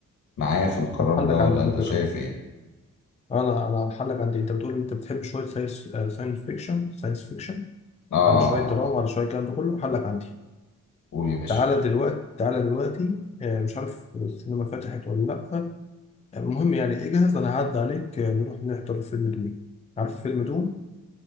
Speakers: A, on the left; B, on the left.
A: معايا في القرار
B: طب حلك
A: ده ولا
B: عندي على
A: انت
B: فكره
A: شايف ايه
B: اه، انا انا هحلك عندي انت بتقول انت بتحب شويه ساينس ساينس فيكشن ساينس فيكشن
A: اه آه،
B: على شويه دراما
A: آه.
B: على شويه الكلام ده كله هحلك عندي
A: قول يا باشا
B: تعالى دلوقتي تعالى دلوقتي آه، مش عارف السينما فتحت ولا لا آه، المهم يعني اجهز انا هعدي عليك آه، نروح نحضر فيلم دوم عارف فيلم دوم